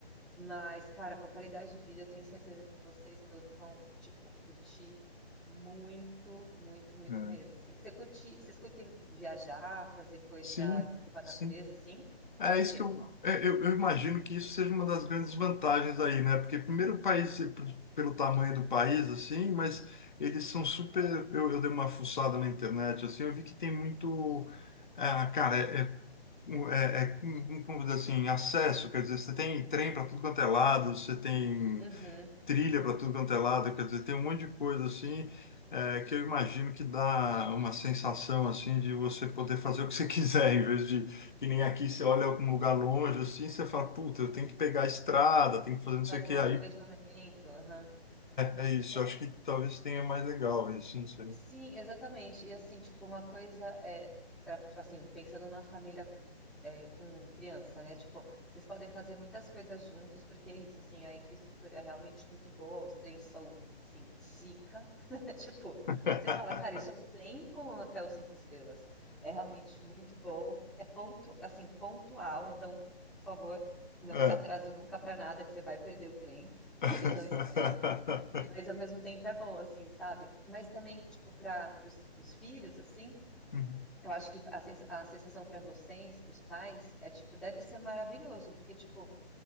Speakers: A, in the centre; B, on the left.
A: Mas, cara, com a qualidade de vida, eu tenho certeza que vocês todos vão, tipo, curtir muito, muito, muito
B: É,
A: mesmo, assim. Você curte, vocês curtem viajar, fazer coisa
B: Sim,
A: com a natureza,
B: sim.
A: assim?
B: É
A: Tipo
B: isso
A: o quê?
B: que eu, é, eu, eu imagino que isso seja uma das grandes vantagens aí, né? Porque primeiro o país, eh, p- pelo tamanho do país, assim, mas eles são super. Eu, eu dei uma fuçada na internet, assim, eu vi que tem muito. ah, cara, é, é, um- é, é um- um- como dizer assim, acesso, quer dizer, você tem trem para tudo quanto é lado, você tem
A: Uhum.
B: trilha para tudo quanto é lado, quer dizer, tem um monte de coisa assim, é, que eu imagino que dá uma sensação assim de você poder fazer o que você <laughs> quiser, em vez de que nem aqui você olha algum lugar longe assim, você fala, puta, eu tenho que pegar a estrada, tenho que fazer não sei
A: Fazer
B: o que,
A: um
B: aí
A: planejamento, aham.
B: é, é isso,
A: É.
B: eu acho que talvez tenha mais legal isso, não sei.
A: Sim, exatamente. E assim, tipo, uma coisa é, pra- tipo assim, pensando numa família é, com criança, né? Tipo, vocês podem fazer muitas coisas juntos, porque é isso, assim, a infraestrutura é realmente muito boa, os trens são, assim, zica. <laughs> Tipo,
B: <laughs>
A: você fala, cara, isso é um trem ou um hotel cinco estrelas? É realmente muito bom, é ponto, assim, pontual, então, por favor, não
B: É.
A: se atrase nunca para nada, que você vai perder o trem. <laughs>
B: <laughs>
A: Eles não esperam. Mas ao mesmo tempo é bom, assim, sabe? Mas também, tipo, para os filhos, assim,
B: Uhum.
A: eu acho que a, sens- a sensação para vocês, para os pais, é tipo, deve ser maravilhoso, porque, tipo,